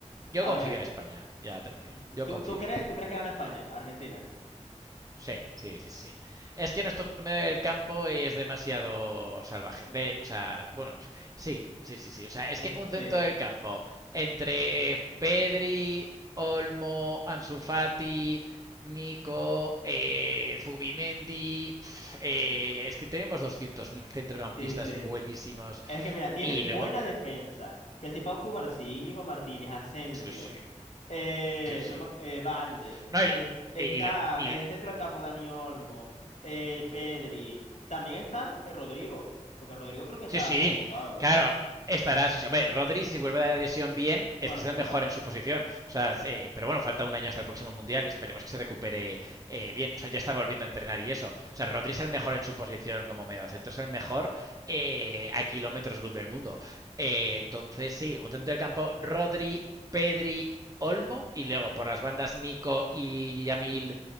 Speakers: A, on the right; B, on the left.
A: Yo
B: A
A: confío
B: ver,
A: en España, ya te lo digo.
B: y-
A: Yo
B: y- ¿tú,
A: confío.
B: tú crees, tú crees que gana España, Argentina?
A: Sí, sí, sí, sí. Es que nuestro medio del campo es demasiado salvaje. De- o sea, bueno, sí, sí, sí, sí. O sea, es
B: Es
A: que un
B: sí.
A: centro del campo entre Pedri, Olmo, Ansu Fati, Nico, eh, Zubimendi, pf, eh, es que tenemos 200.000 centrocampistas
B: Sí, sí.
A: buenísimos.
B: Es que mira, tienen
A: Y luego,
B: buena defensa. Que si Pau Cubarsí, Íñigo Martínez, Asensio,
A: sí, sí,
B: eh,
A: sí, sí.
B: no me- eh, Valde,
A: No, y, lo-
B: eh, está
A: y y lo- y
B: en
A: lo-
B: el centro del campo Dani Olmo, eh, Pedri. También está eh, Rodrigo, porque Rodrigo creo que está
A: Sí, sí,
B: convocado.
A: claro, estará. Sí, sí, hombre, Rodri, si vuelve a la lesión bien, es
B: Bueno,
A: que será
B: sí, es
A: el mejor
B: verdad.
A: en su posición. O sea, sí, pero bueno, falta un año hasta el próximo mundial, esperemos que se recupere eh, bien. O sea, ya está volviendo a entrenar y eso. O sea, Rodri es el mejor en su posición como mediocentro, es el mejor eh, a kilómetros luz del mundo. Eh, entonces, sí, un centro del campo, Rodri, Pedri, Olmo, y luego por las bandas Nico y Yamil